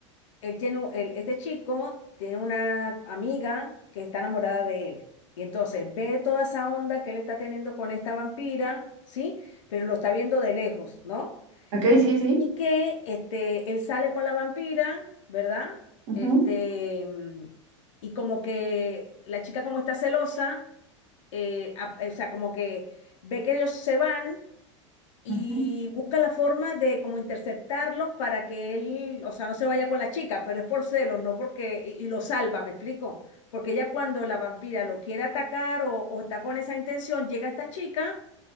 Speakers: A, on the left; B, on the right.
A: él tiene, un- él- este chico tiene una amiga que está enamorada de él. Y entonces ve toda esa onda que él está teniendo con esta vampira, ¿sí? Pero lo está viendo de lejos, ¿no?
B: ok, sí, sí.
A: Y que este, él sale con la vampira, ¿verdad?
B: Ujú,
A: Este, mm, y como que la chica como está celosa, eh, a- o sea, como que ve que ellos se van y
B: ujú,
A: busca la forma de como interceptarlos para que él, o sea, no se vaya con la chica, pero es por celos, no porque, y, y lo salva, ¿me explico? Porque ella cuando la vampira lo quiere atacar o, o está con esa intención, llega esta chica